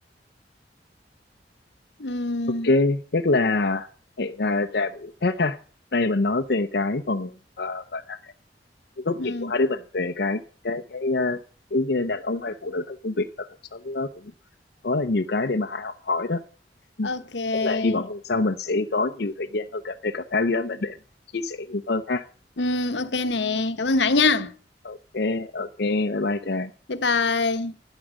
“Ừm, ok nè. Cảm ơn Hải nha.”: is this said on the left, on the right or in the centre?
Left